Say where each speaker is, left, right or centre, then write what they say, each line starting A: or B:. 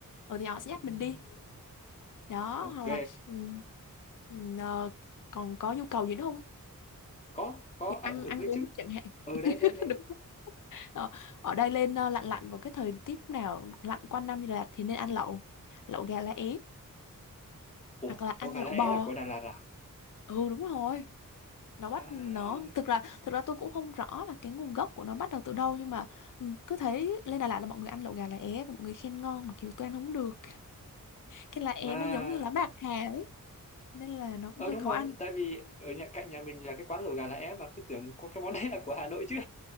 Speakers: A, on the left (about 65°); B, on the left (about 20°).
A: ờ thì họ sẽ
B: Ừm,
A: dắt mình đi đó
B: ok
A: hoặc là ừ, ừ, ờ, còn có nhu cầu gì nữa không
B: có có
A: Như ăn
B: ẩm thực
A: ăn
B: nữa
A: uống
B: chứ
A: chẳng hạn
B: ừ đấy
A: <laughs>
B: đấy đấy
A: đúng không? Ờ, ở đây lên ờ, lạnh lạnh vào cái thời tiết lúc nào lạnh quanh năm như là thì nên ăn lẩu lẩu gà lá é
B: ủa
A: hoặc là ăn
B: đâu gà
A: lẩu
B: lá é
A: bò
B: là của Đà Lạt à
A: ừ đúng rồi nó bắt
B: à
A: nó thực ra thực ra tôi cũng không rõ là cái nguồn gốc của nó bắt đầu từ đâu nhưng mà ừ, cứ thấy lên Đà Lạt là mọi người ăn lẩu gà lá é và mọi người khen ngon mặc dù tôi ăn không được cái lá é
B: à
A: nó giống như lá bạc hà ấy nên là nó cũng
B: ờ
A: hơi
B: đúng
A: khó
B: rồi
A: ăn
B: tại vì ở nhà cạnh nhà mình là cái quán lẩu gà lá é mà cứ tưởng có cái món đấy là của Hà Nội chứ